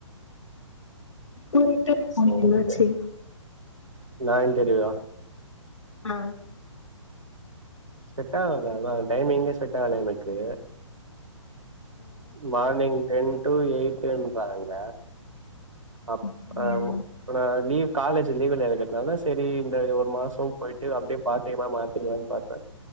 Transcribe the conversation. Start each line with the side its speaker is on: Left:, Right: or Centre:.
Left: ஒரு இன்டெர்வியூ போனிங்ள
Right: ஓகே
Left: என்னாச்சு
Right: நா இன்டர்வியூவா
Left: ஆ
Right: செட்டாவல ஆனா டைமிங்கே செட்டாகல எனக்கு மார்னிங் டென் டு எயிட்டுன்றாங்க அப்
Left: அப்படியா
Right: ஆ உ இப்ப நா லீவ் காலேஜ் லீவ்ல இருக்கறதுனால சரி இந்தது ஒரு மாசோ போயிட்டு அப்டியே பா ட்டைமா மாத்திர்லானு பாத்தே